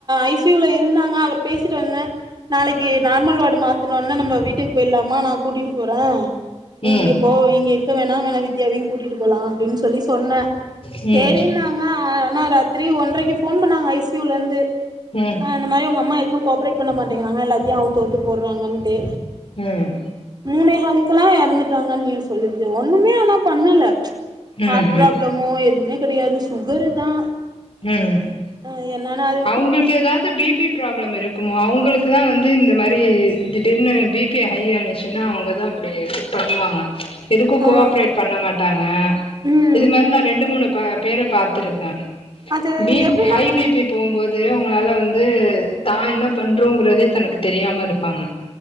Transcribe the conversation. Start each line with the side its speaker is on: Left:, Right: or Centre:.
Right: ஐ சி யுல இருந்தாங்க அவர் பேசிட்டு வந்தே நாளைக்கு நார்மல் வார்டுக்கு மாத்துனொன்ன நம்ம வீட்டுக்கு போயிட்லா அம்மா நா கூட்டிட்டு போறே நீ
Left: ம் ம்
Right: இங்க போ இங்க இரு இப்ப வேணா வேணா வித்யாவையு கூட்டிட்டு போலா அப்டின் சொல்லி சொன்னே
Left: ம்
Right: சேரி நா ஆனா ஆனா ராத்திரி ஒன்றைக்கு போன் பண்ணாங்க ஐ சி யுல இந்து
Left: ம்
Right: ஆ இந்த மாரி உங்க அம்மா எதுக்கு கோப்ரேட் பண்ண மாட்டேங்குறாங்க எல்லாத்தயு அவுத்தவுத்து போட்றாங்கன்ட்டு
Left: ம்
Right: மூணே காலுக்கெல்லா எறந்துட்டாங்கன் நியூஸ் சொல்லிர்ந்து ஒன்னுமே ஆனா பண்ணல
Left: ம்
Right: ஹார்ட் ப்ராப்ளம் மு எதுவுமே கெடயாது சுகரு தா
Left: ம்
Right: அ என்னண்ணா இது
Left: அவுங்ளுக்கு ஏதாது பி பி ப்ராப்ளம் இருக்குமோ அவங்களுக்குதா வந்து இந்த மாரி திடீர்னு பி பி ஹய்யா இருந்துச்சுன்னா அவங்கதா அப்டியே பண்ணுவாங்க எதுக்கு கோ
Right: ஆ
Left: ஆப்ரேட் பண்ண மாட்டாங்க
Right: ம்
Left: இது மாரி நா ரெண்டு மூணு ப பேர பாத்திருக்கே
Right: அது
Left: பிப்
Right: எப்டின்னா
Left: ஹை பி பி தூங்குபோம்போது அவங்களால வந்து தா என்ன பண்றோங்குறதே தனக்கு தெரியாம இருப்பாங்க